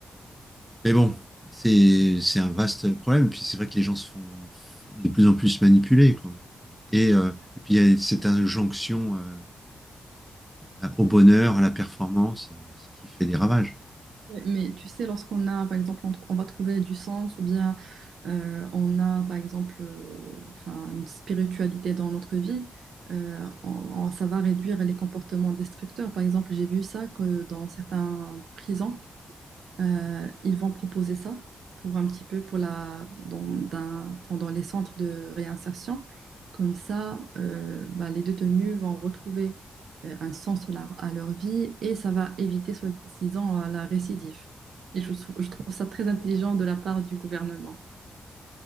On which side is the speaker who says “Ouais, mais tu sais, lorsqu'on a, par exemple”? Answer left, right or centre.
Right